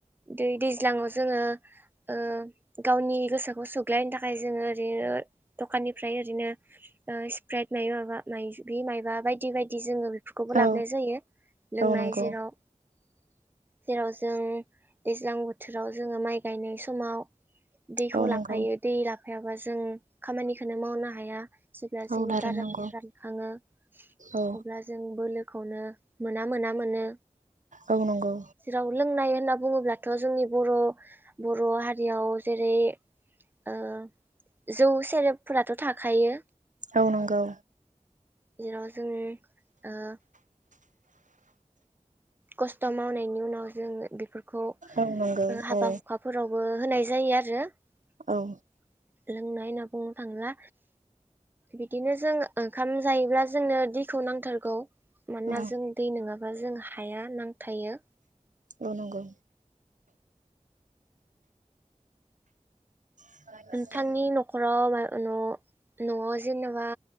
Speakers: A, on the right; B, on the right.
A: दै दैज्लाङाव जोङो ओ गावनि गोसोखौ सुग्लायनो थाखाय जोङो ओरैनो दखाननिफ्राय ओरैनो ओ स्प्राइद माइबा माबा माइज माइबा बायदि बायदि जोङो फोरखौबो लाबोनाय
B: औ
A: जायो लोंनाय
B: औ नंगौ
A: जेराव जेराव जों दैज्लां बोथोराव जोङो माइ गायनाय सम माव दैखौ
B: औ
A: लाफायो
B: नंगौ
A: दै लाफायाबा जों खामानिखौनो मावनो हाया। जेब्ला
B: औ
A: जोंनि
B: थारैनो
A: गारामाया
B: नंगौ
A: रानखाङो
B: औ
A: अब्ला जों बोलो खौनो मोना मोना मोनो
B: औ नंगौ
A: जेराव लोंनाय ना बुङोब्ला थ' जोंनि बर' बर' हारियाव जेर <unintelligible> ओ जौ सेरेबफोराथ' थाखायो
B: औ नंगौ
A: <unintelligible> जों ओ खस्थ' मावनायनि उनाव जों बेफोरखौ ओ
B: औ नंगौ
A: हाबा
B: औ
A: हुखाफोरावबो होनाय जायो आरो रो
B: औ
A: लोंनाय नो नो थांला बिदिनो जों ओंखाम जायोब्ला जोंनो दैखौ नांथारगौ मानोना
B: औ
A: जों दै नङा मा जों हाया नांथायो
B: अ नंगौ नंगौ
A: नोंथांनि न'खराव न' न'आव जेन'बा